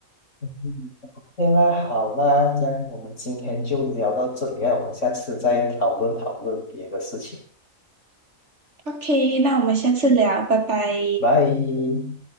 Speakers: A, on the left (about 60°); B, on the right (about 55°).
A: 嗯 OK 啦好啦，这样我们今天就聊到这里啊，我们下次再讨论讨论别的事情，
B: OK，那我们下次聊，拜拜。
A: 拜。